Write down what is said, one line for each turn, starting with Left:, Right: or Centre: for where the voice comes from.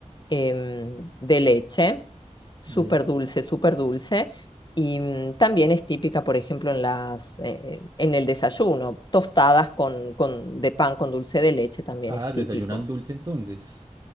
Left: em, de leche súper
Right: Bien.
Left: dulce, súper dulce. Y mm, también es típica, por ejemplo, en las, eh, en el desayuno, tostadas con, con, de pan con dulce de leche también
Right: Ah,
Left: es típico.
Right: desayunan dulce entonces.